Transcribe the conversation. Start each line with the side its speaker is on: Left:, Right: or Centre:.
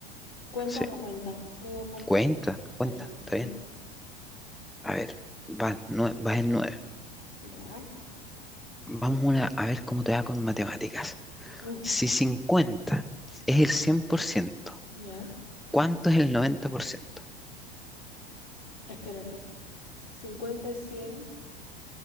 Left: ¿Cuenta
Centre: Sí,
Left: o no cuenta? Medio punto.
Centre: cuenta, cuenta,
Left: Ahí, ya, muy
Centre: está bien. A ver, vas, nue- vas en nueve.
Left: bien. Ya.
Centre: Vamos una, a ver cómo te va con matemáticas.
Left: Uf,
Centre: Si 50 es el 100%,
Left: ya.
Centre: ¿cuánto es el noventa por ciento?
Left: Espérate. Si 50 es cien